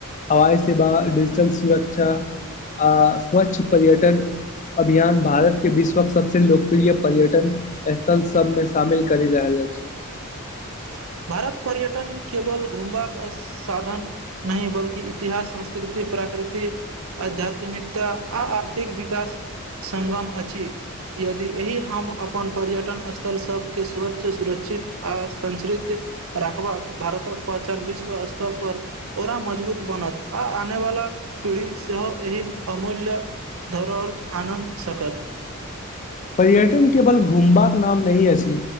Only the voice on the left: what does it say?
हवाई सेवा डीजिटल सुरक्षा आ स्वच्छ पर्यटन अभियान भारत के विश्वक सबसे लोकप्रिय पर्यटन स्थल सबमे शामिल करि रहल अछी
पर्यटन केवल घुमबााक नाम नहि असी